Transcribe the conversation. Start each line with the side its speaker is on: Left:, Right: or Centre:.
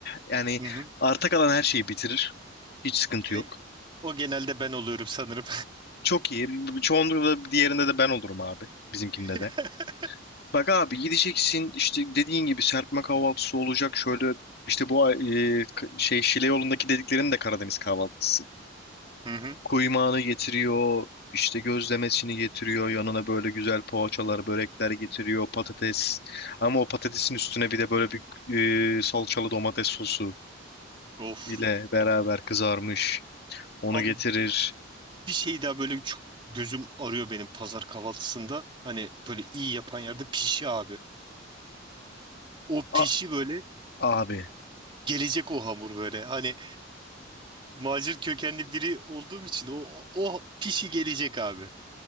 Left: Yani
Right: Hı hı.
Left: arta kalan her şeyi bitirir. Hiç sıkıntı
Right: E,
Left: yok.
Right: o genelde ben oluyorum sanırım.
Left: Çok iyi. Çoğunlukla diğerinde de ben olurum abi. Bizimkinde
Right: <laughs>
Left: de. Bak abi gideceksin işte dediğin gibi serpme kahvaltısı olacak. Şöyle işte bu e, k- şey Şile yolundaki dediklerinin de Karadeniz kahvaltısı.
Right: Hı hı.
Left: Kuymağını getiriyor. işte gözlemesini getiriyor. Yanına böyle güzel poğaçalar, börekler getiriyor. Patates. Ama o patatesin üstüne bir de böyle bir e, salçalı domates sosu
Right: Of.
Left: ile beraber kızarmış. Onu
Right: Abi
Left: getirir.
Right: bir şey daha böyle çok gözüm arıyor benim pazar kahvaltısında. Hani böyle iyi yapan yerde pişi abi. O
Left: A-
Right: pişi böyle
Left: abi.
Right: gelecek o hamur böyle. Hani macir kökenli biri olduğum için o, o, o pişi gelecek abi.